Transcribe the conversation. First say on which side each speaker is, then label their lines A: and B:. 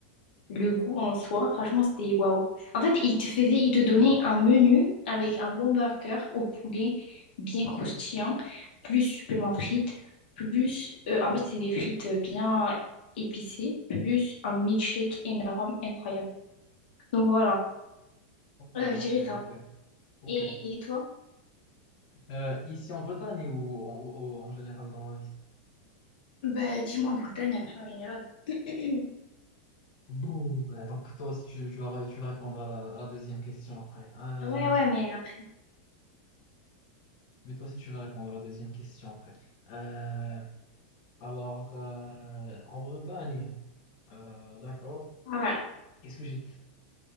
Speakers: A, on the left; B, on the left.
A: Le goût en soi, franchement, c'était waouh. En fait, il te faisait, il te donnait un menu avec un bon burger au poulet, bien croustillant, plus supplément frites, plus, euh, en fait, c'est des frites bien épicées, plus un milkshake énorme, incroyable. Donc voilà,
B: ok,
A: Euh, je
B: ok,
A: dirais ça.
B: ok. ok.
A: Et, et toi?
B: Euh, ici en Bretagne ou, en ou- ou en général dans la vie?
A: Bah, dis-moi en Bretagne après en général. <clears throat>
B: Bon, ouais, donc toi aussi tu, tu vas, ré- tu vas répondre à la, à la deuxième question après. Euh,
A: Ouais, ouais, mais après.
B: Mais toi aussi, tu vas répondre à la deuxième question après. Euh, alors, euh, en Bretagne, euh, d'accord.
A: Ouais.
B: Qu'est-ce que j'ai?